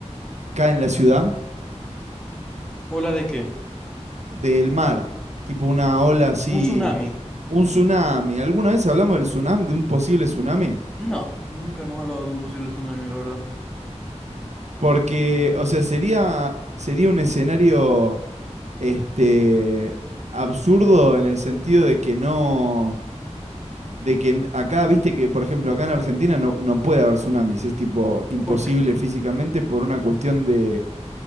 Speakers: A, on the right; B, in the centre.
A: cae en la ciudad.
B: ¿Ola de qué?
A: del mar, tipo una ola así,
B: ¿Un tsunami?
A: un tsunami. ¿Alguna vez hablamos del tsunami, de un posible tsunami?
B: No, nunca hemos hablado de un posible tsunami, la verdad.
A: Porque, o sea, sería, sería un escenario, este, absurdo en el sentido de que no, de que n- acá, viste que, por ejemplo, acá en Argentina no, no puede haber tsunamis, es tipo imposible
B: ¿Por qué?
A: físicamente por una cuestión de,